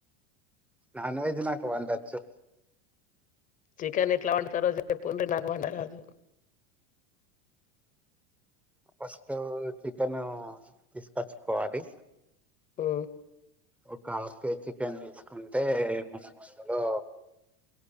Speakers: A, in the centre; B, on the left.
A: నాన్ వెజ్ నాకు వండచ్చు
B: చికెన్ ఎట్లా వండుతారో చెప్పుండ్రి నాకు వండరాదు
A: ఫస్ట్ చికెన్ తీసుకచ్చుకోవాలి
B: ఉ
A: ఒక హాఫ్ కేేజ్ చికెన్ తీసుకుంటే మనం అందులో